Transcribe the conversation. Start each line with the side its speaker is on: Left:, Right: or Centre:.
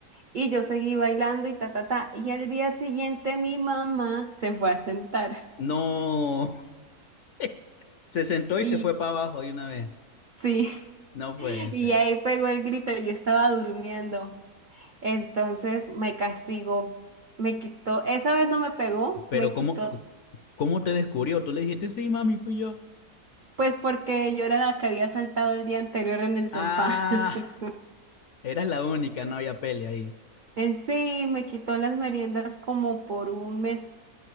Right: Y yo seguí bailando y ta, ta, ta. Y al día siguiente mi mamá se fue a sentar.
Left: No, <laughs> se sentó
Right: Y
Left: y se fue para abajo de una vez.
Right: sí,
Left: No puede
Right: <laughs> y
Left: ser.
Right: ahí pegó el grito, yo estaba durmiendo. Entonces me castigó, me quitó, esa vez no me pegó,
Left: Pero
Right: me
Left: ¿cómo,
Right: quitó,
Left: cómo te descubrió? Tú le dijiste, sí, mami, fui yo.
Right: pues porque yo era la que había saltado el día anterior en el sofá.
Left: Ah,
Right: <laughs>
Left: <laughs> eras la única, no había pele ahí.
Right: En sí, me quitó las meriendas como por un mes